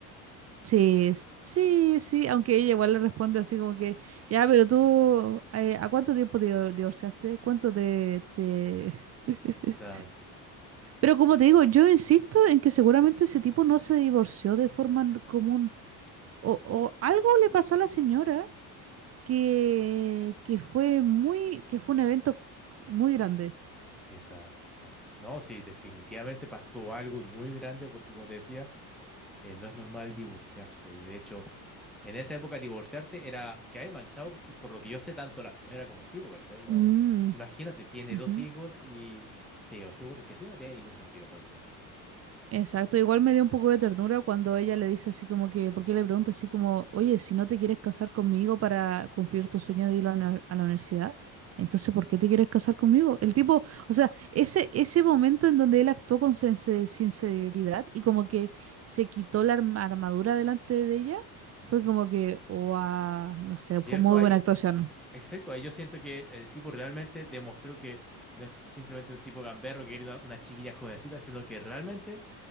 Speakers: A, on the right (about 40°); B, in the centre.
A: Sí, s- sí, sí, aunque ella igual le responde así como que, ya, pero tú, eh, ¿a cuánto tiempo te divor- divorciaste? ¿Cuánto te, te... <laughs>
B: Exacto.
A: Pero como te digo, yo insisto en que seguramente ese tipo no se divorció de forma n- común. O, o algo le pasó a la señora que, que fue muy, que fue un evento muy grande.
B: Exacto, exacto. No, sí, definitivamente pasó algo muy grande porque, como te decía, eh, no es normal divorciarse. Y de hecho, en esa época divorciarte era que hay manchado, porque, por lo que yo sé, tanto la señora como el tipo, ¿cachai? No,
A: Mm,
B: imagínate, tiene
A: ujú.
B: dos hijos y se divorció porque sí, no tiene ningún sentido esa cuestión.
A: Exacto, igual me dio un poco de ternura cuando ella le dice así como que, porque le pregunta así como, oye, si no te quieres casar conmigo para cumplir tu sueño de ir a la, uni- a la universidad, entonces ¿por qué te quieres casar conmigo? El tipo, o sea, ese, ese momento en donde él actuó con since- sinceridad y como que se quitó la arm- armadura delante de ella,
B: Ujú.
A: fue como que, wow, no sé,
B: Cierto,
A: fue muy
B: ahí,
A: buena actuación.
B: exacto, ahí yo siento que el tipo realmente demostró que no es simplemente un tipo gamberro que quiere una, una chiquilla jovencita, sino que realmente